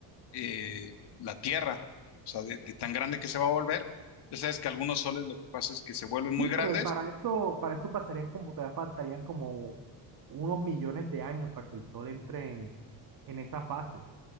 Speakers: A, on the left; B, on the right.
A: eh, la Tierra, o sea, de, de tan grande que se va a volver. Ya sabes que algunos soles lo que pasa es que se vuelven
B: Sí,
A: muy grandes.
B: pero es para eso, para eso pasarían como, todavía faltarían como unos millones de años para que el Sol entre en, en esa fase.